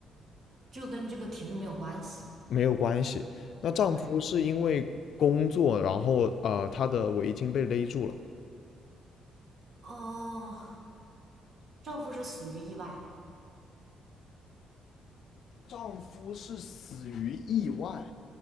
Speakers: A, on the right (about 55°); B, on the left (about 65°).
A: 这个跟这个题目没有关系，
B: 没有关系。那丈夫是因为工作，
A: 对。
B: 然后呃，她的围巾被勒住了。
A: 嗯，丈夫是死于意外。
B: 丈夫是死于意外，